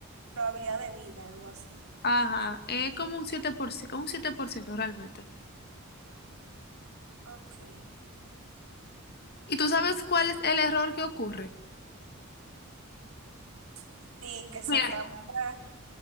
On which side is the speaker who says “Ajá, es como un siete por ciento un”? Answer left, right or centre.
Left